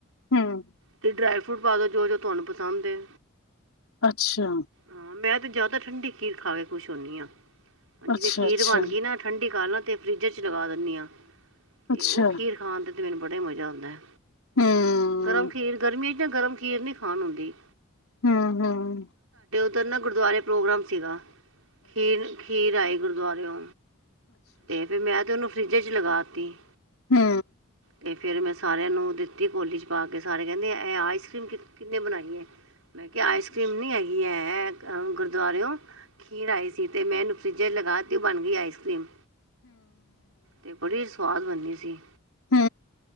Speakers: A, on the left; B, on the right.
A: ਹਮ
B: ਤੇ ਡਰਾਈ ਫਰੂਟ ਪਾ ਦਿਉ ਜੋ ਜੋ ਤੁਹਾਨੂੰ ਪਸੰਦ ਏ।
A: ਅੱਛਾ
B: ਹਾਂ ਮੈਂ ਤੇ ਜਿਆਦਾ ਠੰਡੀ ਘੀਰ ਖਾ ਕੇ ਖੁਸ਼ ਹੁਨੀ ਆ <unintelligible>
A: ਅੱਛਾ,
B: ਖੀਰ
A: ਅੱਛਾ,
B: ਬਣ ਗਈ ਨਾ ਠੰਡੀ ਕਰ ਤੇ ਫਰਿਜ ਚ ਲਗਾ ਦਿੰਨੀ ਆ। ਤੇ
A: ਅੱਛਾ,
B: ਉਹ ਖੀਰ ਖਾਣ ਦਿਨ ਬੜਾ ਹੀ ਮਜ਼ਾ ਆਉਂਦਾ ਏ।
A: ਹੂੰ।
B: ਗਰਮ ਖੀਰ ਗਰਮੀਆਂ ਗਰਮ ਖੀਰ ਨੀ ਖਾਣ ਹੁੰਦੀ।
A: ਹਮ ਹਮ
B: ਉਧਰ ਨਾ ਗੁਰਦੁਆਰੇ ਪ੍ਰੋਗਰਾਮ ਸੀਗਾ। ਖੀਰ ਖੀਰ ਆਏਗੀ। ਗੁਰਦੁਆਰਰਿਓ ਤੇ ਫੇਰ ਮੈਂ ਤੇ ਉਹਨੂੰ ਫਰਿੱਜ 'ਚ ਲਗਾ ਤੀ।
A: ਹੂ
B: ਤੇ ਫਿਰ ਮੈਂ ਸਾਰਿਆਂ ਨੂੰ ਦਿੱਤੀ ਕੌਲੀ ਚ ਪਾ ਕੇ ਸਾਰੇ ਕਹਿੰਦੇ ਇਹ ਆਈਸਕ੍ਰੀਮ ਕਿੰਨੇ ਬਣਾਈ ਹੈ ਮੈਂ ਕਿਹਾ ਆਈਸਕ੍ਰੀਮ ਨੀ ਹੈਗੀ ਹੈ ਹੇਤ ਅਹ ਗੁਰਦੁਆਰਓ ਖੀਰ ਆਈ ਸੀ ਤੇ ਮੈ ਨੁ ਫਿਜ ਲਗਾ ਤੀ ਬਣ ਗਈ ਆਈਸ ਕਰੀਮ ਇਹ ਬੜੀ ਸ ਸਵਾਦ ਬਣਨੀ ਸੀ
A: ਹੂ